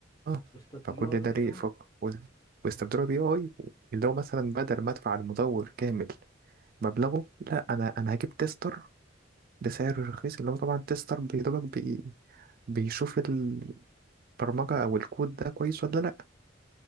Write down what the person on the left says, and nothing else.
واستبدلوها
بالاي
اي